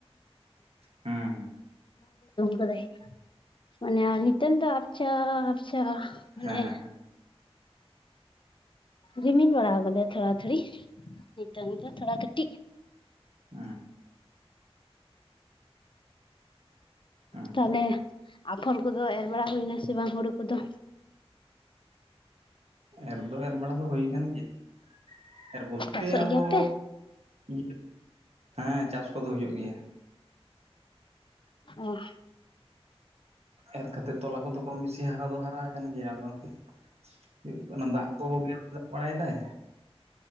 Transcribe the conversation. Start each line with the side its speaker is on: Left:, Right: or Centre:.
Right: ᱦᱩᱸ
Left: ᱠᱟᱫᱟᱭ ᱢᱟᱱᱮ ᱱᱤᱛᱚᱝ ᱫᱚ ᱟᱪᱪᱷᱟᱼᱼ ᱟᱪᱪᱷᱟ ᱢᱟᱱᱮ
Right: ᱦᱮᱸ ᱦᱮᱸ <unintelligible>
Left: ᱨᱤᱢᱤᱱ ᱵᱟᱲᱟᱣ ᱠᱟᱫᱟᱭ ᱛᱷᱚᱲᱟ ᱛᱷᱩᱲᱤ ᱱᱤᱛᱚᱝ ᱫᱚ ᱛᱷᱚᱲᱟ ᱠᱟᱹᱴᱤᱡ
Right: <unintelligible> ᱦᱩᱸ
Left: ᱛᱟᱦᱞᱮ ᱟᱯᱷᱚᱨ ᱠᱚᱫᱚ ᱮᱨ ᱵᱟᱲᱟ ᱦᱩᱭᱱᱟ ᱥᱮ ᱵᱟᱝ ᱦᱩᱲᱩ ᱠᱚᱫᱚ?
Right: ᱮᱨ ᱫᱚ ᱮᱨ ᱵᱟᱲᱟ ᱫᱚ ᱦᱩᱭ ᱠᱟᱱ ᱜᱮᱭᱟ ᱮᱨ ᱵᱚᱞᱛᱮ
Left: ᱪᱟᱥᱚᱜ
Right: ᱟᱫᱚᱼᱼ
Left: ᱜᱮᱭᱟ ᱯᱮ?
Right: ᱤᱭᱟᱹ ᱦᱮᱸ ᱪᱟᱥ ᱠᱚᱫᱚ ᱦᱩᱭᱩᱜ ᱜᱮᱭᱟ᱾
Left: ᱚ
Right: ᱮᱨ ᱠᱟᱛᱮᱫ ᱛᱚᱞᱟ ᱠᱚᱫᱚ ᱠᱚᱢ ᱵᱮᱥᱤ ᱦᱟᱨᱟ ᱫᱚ ᱦᱟᱨᱟ ᱟᱠᱟᱱ ᱜᱮᱭᱟ ᱟᱫᱚᱼᱼ ᱦᱩᱭᱩᱜ ᱠᱟᱱᱟ ᱫᱟᱜ ᱠᱚ ᱠᱚᱭᱚᱜ ᱵᱟᱲᱟᱭ ᱫᱟᱭ᱾